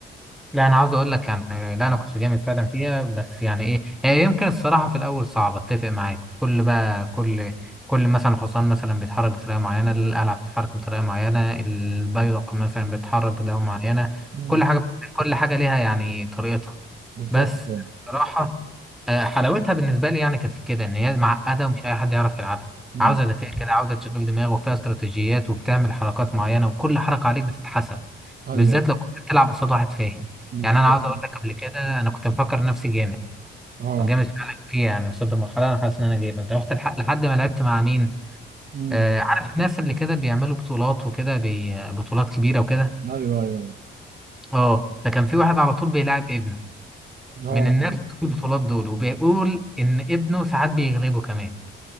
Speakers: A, in the centre; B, on the right.
A: لا أنا عاوز أقول لك يعني لا أنا كنت جامد فعلا فيها بس يعني إيه هي يمكن الصراحة في الأول صعبة أتفق معاك كل بقى كل كل مثلا حصان مثلا بيتحرك بطريقة معينة القلعة بتتحرك بطريقة معينة البيدق مثلا بيتحرك بطريقة معينة
B: امم
A: كل حاجة كل حاجة ليها يعني طريقتها
B: بالظبط
A: بس
B: فعلا
A: صراحة آه، حلاوتها بالنسبة لي يعني كانت في كده إن هي معقدة ومش أي حد يعرف يلعبها
B: امم
A: عاوزة ذكاء كده عاوزة تشغيل دماغ وفيها استراتيجيات وبتعمل حركات معينة وكل حركة عليك بتتحسب
B: ايوه
A: بالذات لو كنت بتلعب قصاد واحد فاهم
B: بالظبط
A: يعني أنا عاوز أقول لك قبل كده أنا كنت مفكر نفسي جامد
B: اه
A: وجامد فعلا فيها يعني وصلت لمرحلة أنا حاسس إن أنا جامد رحت الحق لحد ما لعبت مع مين
B: امم
A: آه عارف الناس اللي كده بيعملوا بطولات وكده بي... بطولات كبيرة وكده
B: ايوه ايوه ايوه
A: أه فكان في واحد على طول بيلاعب ابنه
B: اه
A: من
B: اه
A: الناس اللي في البطولات دول وبيقول إن ابنه ساعات بيغلبه كمان